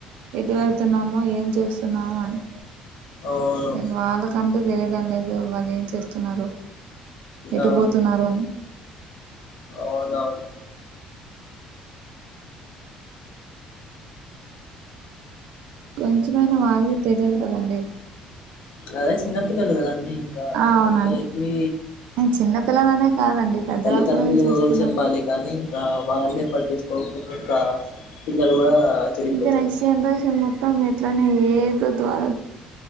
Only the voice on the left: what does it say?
అవును
ఆ
అవునవును
అదే చిన్నపిల్లలు కదా అన్నీ ఇంకా
చిన్న
పిల్లలకి
తల్లిదండ్రులు
చెప్పాలి కానీ ఇంకా వాళ్ళే పట్టిచ్ కవ్ పతే కా పిల్లలు కూడా చెడిపోతారు